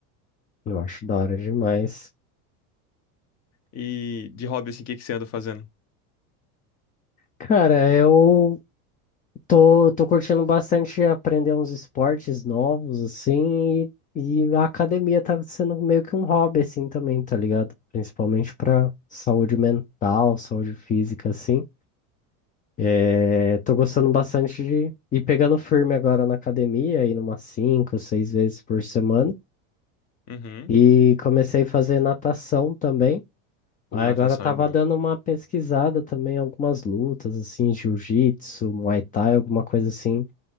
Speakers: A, on the left; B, on the left.
A: Eu acho da hora demais.
B: E de hobby, assim, o que que você anda fazendo?
A: Cara, eu tô, tô curtindo bastante aprender uns esportes novos, assim, e, e a academia tá sendo meio que um hobby, assim, também, tá ligado? Principalmente pra saúde mental, saúde física, assim. É, tô gostando bastante de ir pegando firme agora na academia, indo umas cinco, seis vezes por semana.
B: Uhum.
A: E comecei a fazer natação também.
B: Pô,
A: Aí
B: natação
A: agora tava
B: é bom.
A: dando uma pesquisada também, algumas lutas, assim, jiu-jitsu, muay thai, alguma coisa assim,